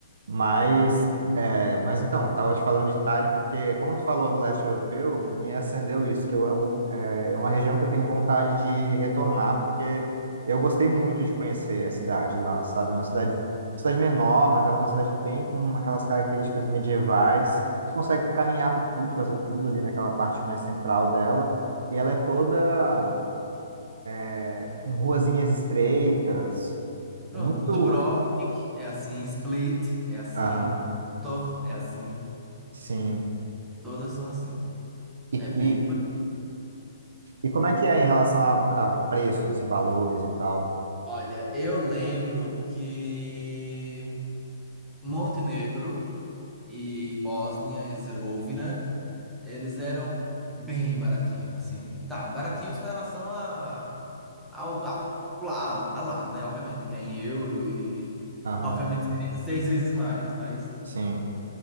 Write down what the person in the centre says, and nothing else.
Pronto.
Dubrovnik é assim, Split é assim,
Tor é assim,
todas são assim.
É bem.
Olha, eu lembro que Montenegro e Bósnia e Herzegovina, eles eram bem baratinhos, assim. Tá, baratinhos com relação a, ao, ao, lá, a lá, né? Obviamente, que é em euro e
obviamente seria <laughs> seis vezes mais, mas